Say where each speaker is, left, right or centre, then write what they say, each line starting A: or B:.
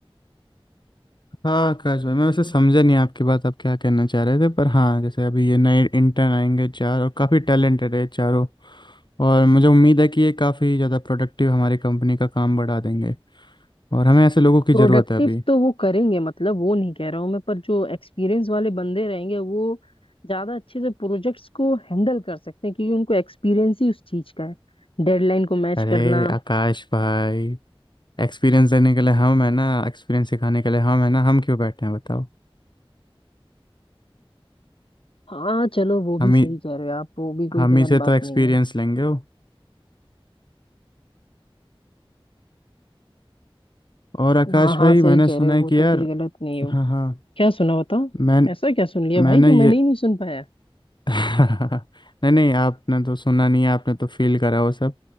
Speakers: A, on the left; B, on the left.
A: हाँ आकाश भाई मैं वैसे समझा नहीं आपकी बात आप क्या कहना चाह रहे थे पर हाँ जैसे अभी ये नए इंटर्न आएंगे चार और काफ़ी टैलेंटेड है चारों और मुझे उम्मीद है कि ये काफ़ी ज़्यादा प्रोडक्टिव हमारी कंपनी का काम बढ़ा देंगे और हमें ऐसे लोगों की
B: प्रोडक्टिव
A: ज़रूरत है अभी
B: तो वो करेंगे मतलब वो नहीं कह रहा हूँ मैं पर जो एक्सपीरियंस वाले बंदे रहेंगे वो ज्यादा अच्छे से प्रोजेक्ट्स को हैंडल कर सकते हैं क्योंकि उनको एक्सपीरियंस ही उस चीज का है डेडलाइन को मैच
A: अरे
B: करना
A: आकाश भाई एक्सपीरियंस देने के लिए हम है ना एक्सपीरियंस सिखाने के लिए हम है ना हम क्यों बैठे हैं बताओ
B: हाँ चलो वो भी
A: हम
B: सही
A: ही
B: कह रहे हो आप वो भी कोई
A: हम
B: गलत
A: ही से
B: बात
A: तो एक्सपीरियंस
B: नहीं है
A: लेंगे वो और आकाश
B: हाँ हाँ
A: भाई
B: सही
A: मैंने
B: कह
A: सुना
B: रहे हो
A: है
B: वो
A: कि
B: तो
A: यार
B: कुछ गलत नहीं हो
A: हाँ हाँ
B: क्या सुना बताओ
A: मैं
B: ऐसा क्या सुन लिया भाई
A: मैंने
B: जो
A: ये
B: मैंने ही नहीं सुन पाया
A: <laughs> नहीं नहीं आपने तो सुना नहीं है आपने तो फील करा वो सब